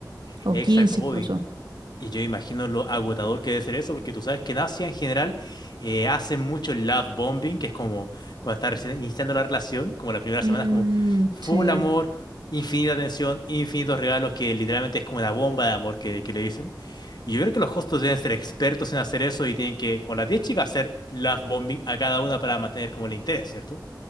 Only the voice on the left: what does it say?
Exacto.
Uy,
Y yo imagino lo agotador que debe ser eso, porque tú sabes que en Asia en general eh, hacen mucho love bombing, que es como cuando estás recién iniciando la relación, como la primera
semana es como full
amor, infinita atención, infinitos regalos, que literalmente es como una bomba de amor que, que le dicen. Y yo creo que los hostos deben ser expertos en hacer eso y tienen que, con las 10 chicas, hacer love bombing a cada una para mantener como el interés, ¿cierto?